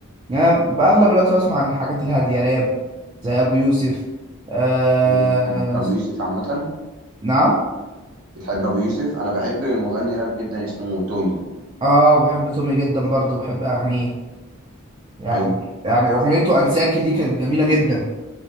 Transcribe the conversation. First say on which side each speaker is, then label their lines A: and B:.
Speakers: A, on the right; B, on the right.
A: يعني بأغلب
B: مم.
A: الوقت بسمع عن الحاجات الهادية راب زي أبو يوسف أه
B: مم. بتحب أبو يوسف عامة؟
A: نعم
B: بتحب أبو يوسف؟ أنا بحب مغني راب جدا اسمه تومي
A: اه بحب تومي جدا برضو بحب أغانيه يعني
B: حلو
A: يعني أغنيته أنساكي دي كانت جميلة جدا